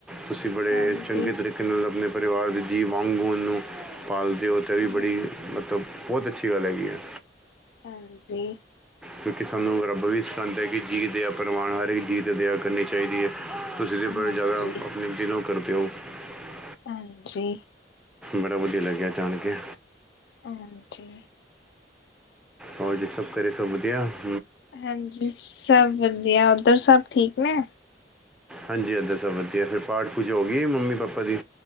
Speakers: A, in the centre; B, on the left.
A: ਤੁਸੀਂ ਬੜੇ
B: ਹਾਂਜੀ
A: ਚੰਗੇ ਤਰੀਕੇ ਨਾਲ ਆਪਣੇ ਪਰਿਵਾਰ ਦੇ ਜੀ ਵਾਂਗੂਆਂ ਨੂੰ ਪਾਲਦੇਓ ਅਤੇ ਇਹ ਵੀ
B: ਹਾਂਜੀ
A: ਬੜੀ ਮਤਲਬ ਬਹੁਤ ਅੱਛੀ ਅੱਛੀ ਗੱਲ ਹੈਗੀ ਹੈ
B: ਹਾਂਜੀ
A: ਕਿਉਂਕਿ ਸਾਨੂੰ ਰੱਬ ਵੀ ਸਿਕਉਂਦਾ <unintelligible> ਕਿ ਜੀਅ ਦਇਿਆ ਪ੍ਰਵਾਾਨ ਹਰ ਇੱਕ ਜੀਅ ਦੀ ਦਇਆ ਕਰਨੀ ਚਾਹੀਦੀ ਹੈ ਤੁਸੀਂ ਦੇ
B: ਹਾਂਜੀ
A: ਬ ਜ਼ਿਆਦਾ ਆਪਣੀ ਦਿਨ ਉਹ ਕਰਦੇ ਪਓ <unintelligible>
B: ਹਾਂਜੀ
A: ਬੜਾ ਵਧੀਆ ਲੱਗਿਆ ਜਾਣ ਕੇ
B: ਹਾਂਜੀ
A: ਹੋਰ ਜੇ ਸਭ ਕਰੇ ਸੁਭਦੇਿਆ <unintelligible>
B: ਹਾਂਜੀ ਸਭ ਵਧੀਆ ਉੱਧਰ ਸਭ ਠੀਕ ਨੇ
A: ਹਾਂਜੀ ਅੱਧ <unintelligible> ਸਭ ਵਧੀਆ ਫਿਰ ਪਾਠ ਪੂਜਾ ਹੋ ਗਈ ਮੰਮੀ ਪਾਪਾ ਦੀ